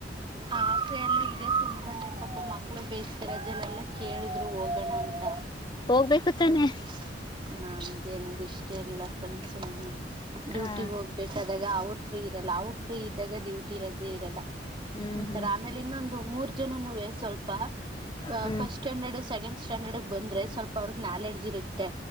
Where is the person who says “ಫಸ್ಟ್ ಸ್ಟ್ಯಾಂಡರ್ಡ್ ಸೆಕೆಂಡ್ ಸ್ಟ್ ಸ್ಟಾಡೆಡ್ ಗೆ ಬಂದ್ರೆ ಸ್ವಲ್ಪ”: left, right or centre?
Right